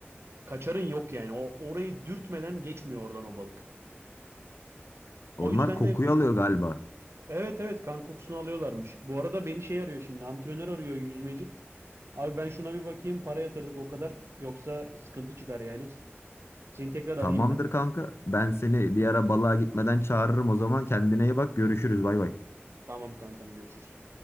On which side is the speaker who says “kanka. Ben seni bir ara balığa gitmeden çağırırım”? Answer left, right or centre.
Left